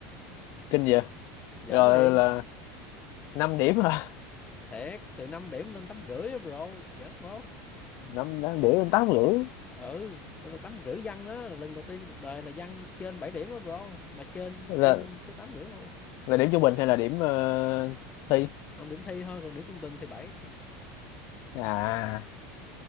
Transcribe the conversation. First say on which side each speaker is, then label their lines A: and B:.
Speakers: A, on the left (about 55°); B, on the left (about 25°).
A: kinh vậy
B: giỡn
A: rồi
B: liền
A: là 5 điểm hả
B: thiệt từ 5 điểm lên 8 rưỡi á bro giỡn bro
A: năm năm điểm lên tám rưỡi
B: ừ lên được 8 rưỡi văn đó là lần đầu tiên trong cuộc đời là văn trên 7 điểm á bro mà trên
A: là
B: trên tới 8 rưỡi luôn
A: là điểm trung bình hay là điểm ờ, thi
B: không điểm thi thôi còn điểm trung bình thì bảy
A: à